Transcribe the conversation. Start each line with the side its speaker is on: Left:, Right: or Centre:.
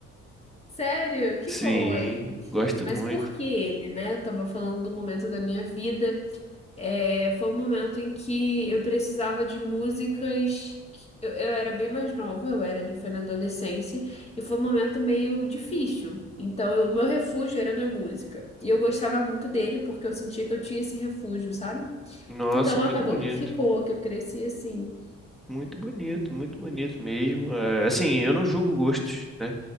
Left: Sério? Que
Centre: Sim,
Left: bom aí.
Centre: gosto
Left: Mas
Centre: muito.
Left: por que ele, né? Eu tava falando do momento da minha vida. É, foi um momento em que eu precisava de músicas. que- Eu, eu era bem mais nova, eu era ali, foi na adolescência, e foi um momento meio difícil. Então, eu- o meu refúgio era na música. E eu gostava muito dele porque eu sentia que eu tinha esse refúgio, sabe?
Centre: Nossa,
Left: Então,
Centre: muito
Left: acabou
Centre: bonito.
Left: que ficou, que eu cresci assim.
Centre: Muito bonito, muito bonito mesmo. É, assim, eu não julgo gostos, né?